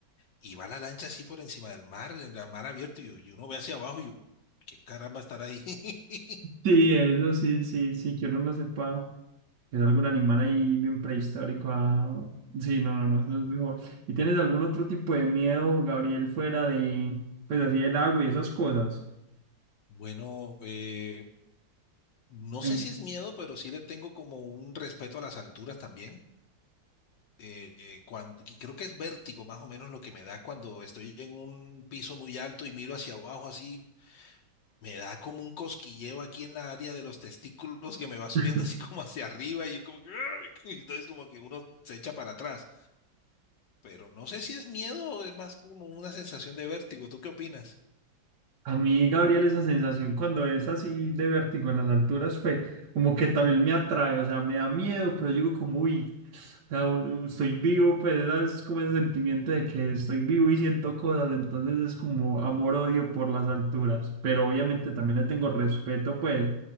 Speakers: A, on the left; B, on the right.
A: y va la lancha así por encima del mar, en el mar abierto, y, y uno ve hacia abajo y yo, ¿qué caramba estar ahí? <laughs>
B: Sí, eso sí, sí, sí, que uno no sepa. Es algún animal ahí bien prehistórico. ah, Sí, no, no,
A: Ah,
B: no, eso es mejor. ¿Y tienes algún otro tipo de miedo, Gabriel, fuera de, pues así, el agua y esas cosas?
A: Bueno, eh, no
B: Ay.
A: sé si es miedo, pero sí le tengo como un respeto a las alturas también. eh, eh, cuando, y creo que es vértigo más o menos lo que me da cuando estoy en un piso muy alto y miro hacia abajo así, me da como un cosquilleo aquí en la área de los testículos que me va subiendo
B: <laughs>
A: así como hacia arriba y yo como que, "Ay", <laughs> y entonces como que uno se echa para atrás, pero no sé si es miedo o es más como una sensación de vértigo. ¿Tú qué opinas?
B: A mí, Gabriel, esa sensación cuando es así de vértigo en las alturas, pues como que también me atrae, o sea, me da miedo, pero digo como, uy, o sea, un- estoy vivo, pues es como el sentimiento de que estoy vivo y siento cosas, entonces es como amor-odio por las alturas, pero obviamente también le tengo respeto, pues,